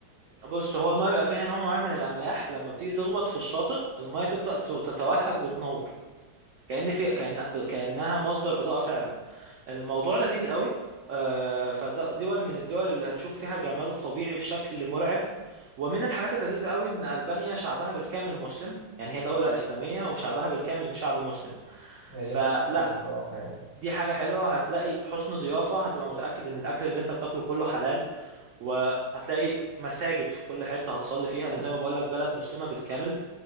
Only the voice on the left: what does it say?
هي
دي حاجة حلوة الصراحة يعني
مم.